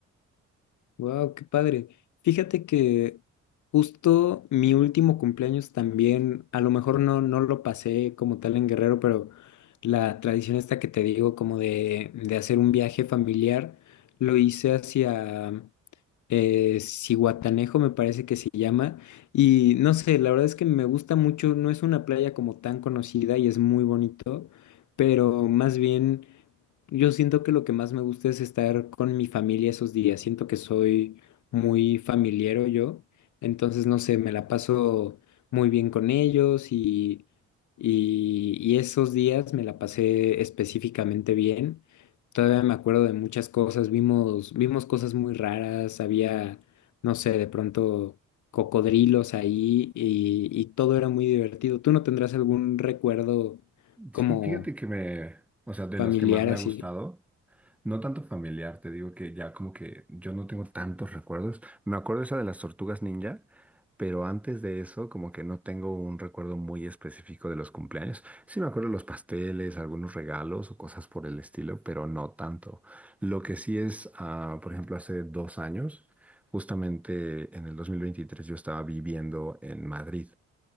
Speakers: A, on the left; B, in the centre.
A: Wow, qué padre. Fíjate que justo mi último cumpleaños también, a lo mejor no, no lo pasé como tal en Guerrero, pero la tradición esta que te digo, como de, de hacer un viaje familiar, lo hice hacia eh, Cihuatanejo me parece que se llama. Y no sé, la verdad es que me gusta mucho, no es una playa como tan conocida y es muy bonito, pero más bien yo siento que lo que más me gusta es estar con mi familia esos días. Siento que soy muy familiero yo. Entonces, no sé, me la paso muy bien con ellos y, y, y esos días me la pasé específicamente bien. Todavía me acuerdo de muchas cosas. Vimos, vimos cosas muy raras. Había, no sé, de pronto cocodrilos ahí y, y todo era muy divertido. ¿Tú no tendrás algún recuerdo
B: Sí,
A: como
B: fíjate que me, o sea, de
A: familiar
B: los que más me
A: así?
B: ha gustado. No tanto familiar, te digo que ya como que yo no tengo tantos recuerdos. Me acuerdo esa de las tortugas ninja, pero antes de eso como que no tengo un recuerdo muy específico de los cumpleaños. Sí me acuerdo de los pasteles, algunos regalos o cosas por el estilo, pero no tanto. Lo que sí es, ah, por ejemplo, hace dos años, justamente en el 2023 yo estaba viviendo en Madrid.